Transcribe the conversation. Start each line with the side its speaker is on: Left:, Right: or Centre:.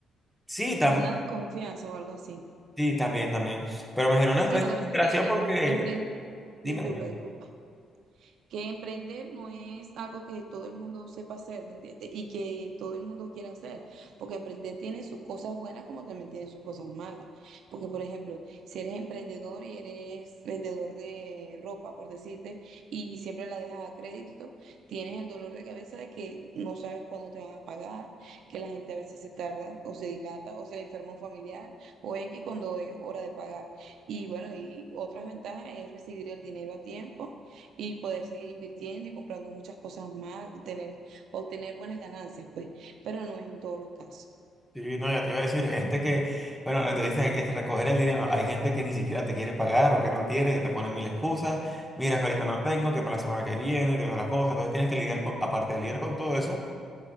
Centre: Sí, también,
Right: como una desconfianza o algo así.
Centre: sí, también, también. Pero me generó una
Right: Sí,
Centre: especie
Right: lo
Centre: de
Right: que
Centre: desesperación
Right: pasa es que
Centre: porque,
Right: em- emprend- Disculpa,
Centre: dime. dime.
Right: disculpa. que emprender no es algo que todo el mundo sepa hacer, ¿me entiendes? Y que todo el mundo quiera hacer, porque emprender tiene sus cosas buenas como también tiene sus cosas malas. Porque, por ejemplo, si eres emprendedor y eres vendedor de ropa, por decirte, y siempre la dejas a crédito, tienes el dolor de cabeza de que no sabes cuándo te van a pagar, que la gente a veces se tarda o se dilata o se le enferma un familiar o X cuando es hora de pagar. Y bueno, y otras ventajas es recibir el dinero a tiempo y poder seguir invirtiendo y comprando muchas cosas más, tener, obtener buenas ganancias, pues, pero no es en todos los casos.
Centre: Sí, no, ya te iba a decir, hay gente que, bueno, te dice que es recoger el dinero, hay gente que ni siquiera te quiere pagar o que no tiene, que te ponen mil excusas, mira que ahorita no tengo, que para la semana que viene, que todas las cosas, entonces tienes que lidiar con, aparte de lidiar con todo eso,